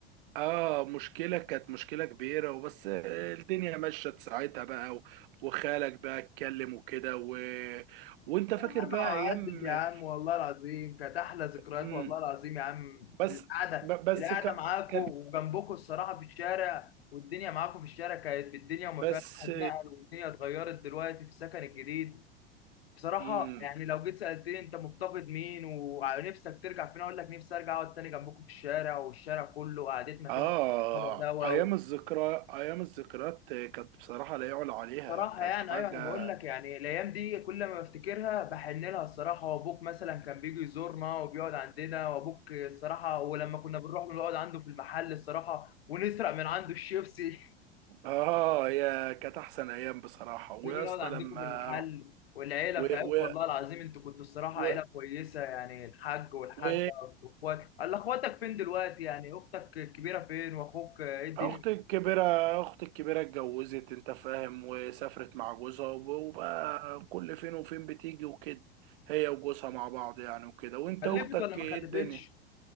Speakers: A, on the right; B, on the left.
A: اه مشكلة كانت مشكلة كبيرة وبس الدنيا مشت ساعتها بقى و- وخالك بقى اتكلم وكده و... وانت فاكر
B: يا عم
A: بقى
B: عدت
A: ايام
B: يا عم والله العظيم كانت احلى ذكريات
A: مم.
B: والله العظيم يا عم
A: بس
B: القعده
A: ب- بس
B: القعده
A: ك...
B: معاكم
A: كان
B: وجنبكم الصراحه في الشارع والدنيا معاكم في الشارع كانت بالدنيا وما
A: بس
B: فيها الواحد نقل والدنيا اتغيرت دلوقتي في السكن الجديد بصراحه
A: مم.
B: يعني لو جيت سالتني انت مفتقد مين ونفسك ترجع فين اقول لك نفسي ارجع اقعد تاني جنبكم في الشارع والشارع كله قعدتنا كده
A: اه
B: طبعا سوا
A: ايام الذكرى ايام الذكريات كانت بصراحة لا يعلى عليها
B: صراحة
A: كانت
B: يعني
A: حاجة
B: أيوة أنا بقول لك يعني الأيام دي كل ما بفتكرها بحن لها الصراحة وأبوك مثلا كان بيجي يزورنا وبيقعد عندنا وأبوك الصراحة ولما كنا بنروح نقعد عنده في المحل الصراحة ونسرق من عنده الشيبسي <laughs>
A: اه هي كانت احسن ايام بصراحة ويا
B: نيجي نقعد
A: اسطى
B: عندكم
A: لما
B: في المحل
A: رحت
B: والعيلة
A: و...
B: بتاعتكم
A: و...
B: والله العظيم أنتوا كنتوا الصراحة
A: و...
B: عيلة كويسة يعني الحاج والحاجة
A: و...
B: وإخوات قال أخواتك فين دلوقتي يعني أختك الكبيرة فين وأخوك إيه الدنيا
A: اختي الكبيرة اختي الكبيرة اتجوزت انت فاهم وسافرت مع جوزها وب- وبقى كل فين وفين بتيجي وكده هي وجوزها مع بعض يعني وكده وانت
B: خلفت
A: اختك
B: ولا ما
A: ايه
B: خلفتش؟
A: الدنيا